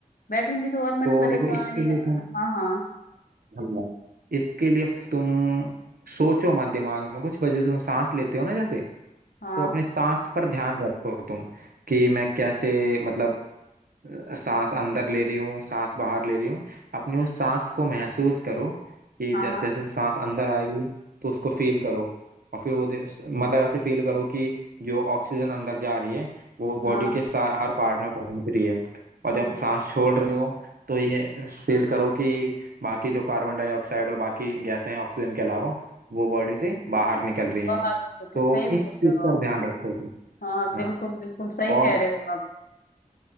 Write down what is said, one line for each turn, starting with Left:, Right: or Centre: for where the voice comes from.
Left: बैठूंगी तो और मन
Right: तो
Left: परेशान
Right: देखो इसके
Left: ये-
Right: लिए तुम
Left: हाँ हाँ
Right: हाँ, इसके लिए तुम सोचो मत दिमाग में कुछ वजह तुम सांस लेते हो ना जैसे
Left: हाँ
Right: तो अपने सांस पर ध्यान रखो तुम कि मैं कैसे मतलब अ, सांस अंदर ले रही हूँ सांस बाहर ले रही हूँ अपनी उस सांस को महसूस करो कि
Left: हाँ
Right: जैसे
Left: हाँ
Right: जैसे सांस अंदर आएगी तो उसको फील करो और फिर वो दे- मतलब ऐसे फील करो कि जो ऑक्सीजन अंदर जा रही है वो बॉडी
Left: हाँ
Right: के सा- हर पार्ट में पहुंच रही है और जब
Left: अच्छा
Right: सांस
Left: अच्छा
Right: छोड़ रहे हो तो ये फील करो कि बाकी जो कार्बन डाइऑक्साइड और बाकी गैसें हैं ऑक्सीजन के अलावा वो बॉडी से बाहर निकल रही
Left: बाहर
Right: हैं
Left: हो सके
Right: तो
Left: सही बोल
Right: इस चीज
Left: रहे हो
Right: पर ध्यान रखो तुम
Left: हाँ हाँ बिल्कुल
Right: हाँ,
Left: बिल्कुल सही
Right: और
Left: कह रहे हो आप